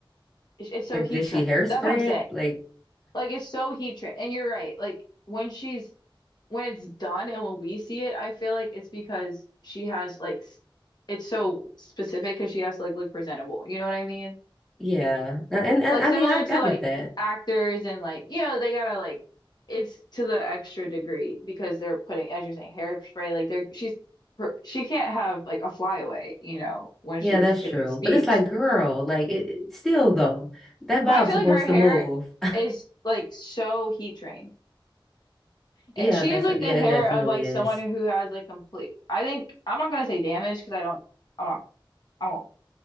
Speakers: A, on the left; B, in the centre.
A: it's, it's so
B: Like,
A: heat
B: did she
A: trained.
B: hairspray
A: That's what I'm saying.
B: it? Like,
A: Like, it's so heat trained, and you're right. Like when she's when it's done and when we see it, I feel like it's because she has like s- it's so specific because she has to like look presentable. You know what I mean?
B: Yeah. And, and
A: like
B: I
A: similar
B: mean, I,
A: to
B: I
A: like
B: get that.
A: actors and like you know they gotta like it's to the extra degree because they're putting as you're saying hairspray like they're she's her- she can't have like a flyaway you know when
B: Yeah,
A: she's
B: that's
A: giving
B: true.
A: a speech
B: But it's like, girl, like it, it- still though, that
A: but
B: bob's
A: I feel
B: supposed
A: like her hair
B: to move. <laughs>
A: is like so heat trained
B: Yeah,
A: It- she
B: that's
A: is like
B: yeah,
A: the hair
B: it definitely
A: of like
B: is.
A: someone who has like complete I think I'm not gonna say damage because I don't I'm not I won't